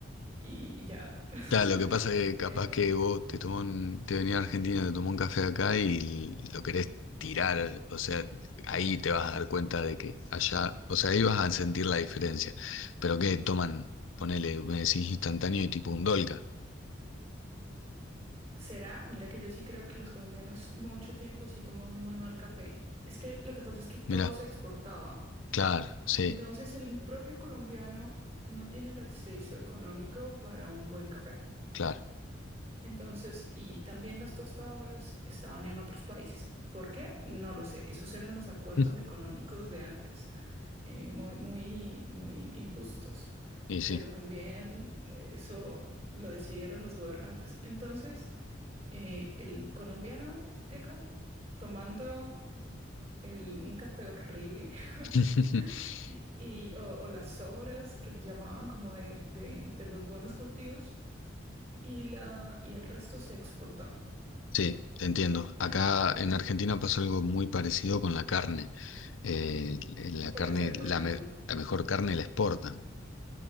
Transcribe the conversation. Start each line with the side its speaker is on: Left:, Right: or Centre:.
Right: y, y ya. <laughs>
Left: Claro, lo que pasa es que
Right: Pero
Left: capaz que vos te tomó un- te venía a Argentina, te tomó un café acá y lo querés tirar, o sea, ahí te vas a dar cuenta de que allá, o sea, ahí vas a sentir la diferencia. Pero que toman, ponele, me decís instantáneo y tipo un Dolca.
Right: será, mira que yo sí creo que los colombianos mucho tiempo sí tomamos muy mal café. Es que lo que pasa es que todo
Left: Mirá,
Right: se exportaba.
Left: claro, sí,
Right: Entonces el propio colombiano no tiene el acceso económico para un buen café.
Left: claro.
Right: Entonces, y también las tostadoras estaban en otros países. ¿Por qué? No lo sé. Esos eran los acuerdos
Left: <laughs>
Right: económicos de antes, eh, muy, muy, muy injustos.
Left: Y sí.
Right: Pero también eh, eso lo decidieron los gobernantes. Entonces, eh, el colombiano de acá, tomando el- un café horrible, <laughs>
Left: <laughs>
Right: y, o, o las sobras que llamaban como de, de- de los buenos cultivos, y, la, y el resto se exportaba.
Left: Sí, te entiendo. Acá
Right: Ya
Left: en Argentina pasa algo muy parecido con la carne. Eh, la
Right: puede
Left: carne,
Right: ser, por
Left: la,
Right: ejemplo.
Left: me- la mejor carne la exportan.